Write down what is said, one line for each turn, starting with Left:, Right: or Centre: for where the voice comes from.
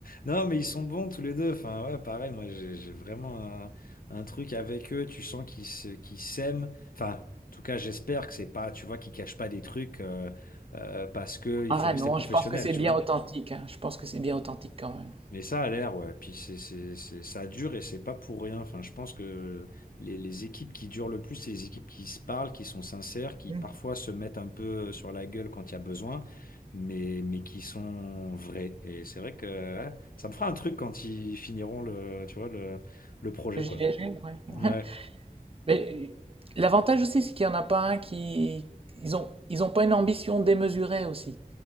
Left: Non, mais ils sont bons tous les deux. Enfin, ouais, pareil, moi, j'ai j'ai vraiment un, un truc avec eux. Tu sens qu'ils se, qu'ils s'aiment. Enfin, en tout cas, j'espère que c'est pas, tu vois, qu'ils cachent pas des trucs euh, euh, parce que il
Right: Ah
Left: faut rester
Right: non,
Left: professionnel,
Right: je pense que c'est
Left: tu
Right: bien
Left: vois.
Right: authentique, hein, je pense que c'est bien authentique quand même.
Left: Mais ça a l'air, ouais. Puis c'est, c'est, c'est- ça dure et c'est pas pour rien. Enfin, je pense que les, les équipes qui durent le plus, c'est les équipes qui se parlent, qui sont sincères, qui
Right: Mmh.
Left: parfois se mettent un peu sur la gueule quand il y a besoin, mais, mais qui sont vraies. Et c'est vrai que ouais, ça me fera un truc quand ils finiront le, tu vois, le, le projet,
Right: Gilet
Left: quoi.
Right: jaune, ouais. <laughs>
Left: Ouais,
Right: ouais. Mais euh, l'avantage aussi, c'est qu'il n'y en a pas un qui... Ils ont, ils ont pas une ambition démesurée aussi.